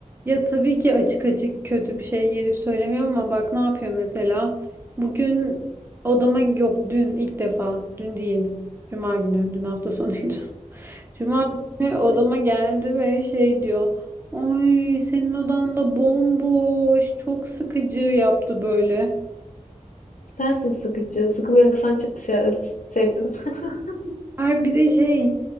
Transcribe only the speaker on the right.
Ya tabii ki açık açık kötü bir şey gelip söylemiyor ama bak ne yapıyor mesela. Bugün odama yok dün ilk defa dün değil. Cuma günü dün hafta sonuydu. <laughs> Cuma günü odama geldi ve şey diyor. Ay senin odan da bomboş çok sıkıcı yaptı böyle.
Her bir de şey